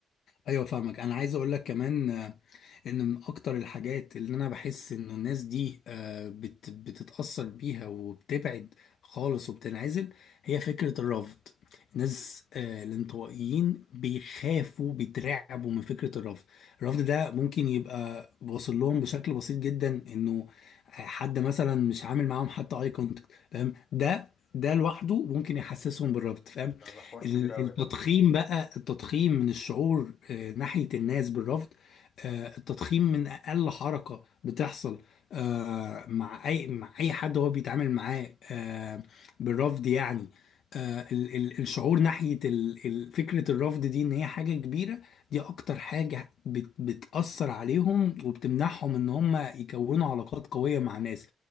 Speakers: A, on the left; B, on the left.
A: ايوه فاهمك انا عايز اقول لك كمان آه، ان من اكتر الحاجات اللي انا بحس انه الناس دي آه، بت بتتأثر بيها وبتبعد خالص وبتنعزل هي فكرة الرفض الناس آه، الانطوائيين بيخافوا بيترعبوا من فكرة الرفض الرفض ده ممكن يبقى واصل لهم بشكل بسيط جدا انه حد مثلا مش عامل معاهم حتى اي كونتاكت فاهم ده ده لوحده ممكن يحسسهم بالرفض فاهم
B: ده, ده حوار
A: ال-
B: كبير أوي
A: التضخيم
B: ده
A: بقى التضخيم من الشعور آه، ناحية الناس بالرفض آه، التضخيم من اقل حركه بتحصل آه، مع اي مع اي حد هو بيتعامل معاه آه، بالرفض يعني آه، ال- ال- الشعور ناحيه ال- ال- فكره الرفض دي ان هي حاجه كبيره دي اكتر حاجه بت- بتاثر عليهم وبتمنعهم ان هم يكونوا علاقات قويه مع ناس